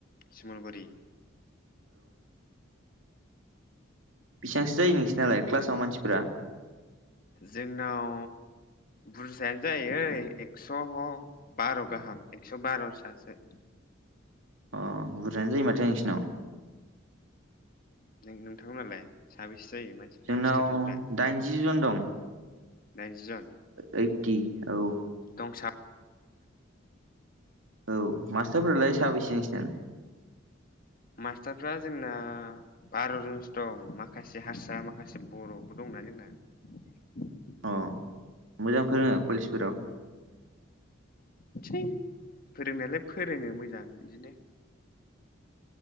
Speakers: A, on the left (about 45°); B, on the right (about 75°).
A: समलगुरि
B: बेसेबांसो जायो नोंसोर नालाय क्लासाव मानसिफोरा
A: जोंनाव बुरजायानो जाय एक्सबार गाहाम एक्स बार' सासो
B: अ बुरजायानो जायो माथो नोंसिनाव
A: नों नोंथां नालाय साबेसे जायो मानसिफ्रा
B: जोंनाव
A: स्टुडेन्टफ्रा
B: दाइनजि जन दं
A: दाइनजि जन
B: ओइदति औ
A: <unintelligible>
B: औ मास्टारफोरालाय साबैसे नोंसनालाय
A: मास्टारफ्रा जोंना बार'जनसो दं माखासे हारसा माखासे बर'बो दं। <unintelligible>
B: अ मोजां फोरोङो कलेजफोराव?
A: <unintelligible> फोरोंनायालाय फोरोङो मोजां इदिनो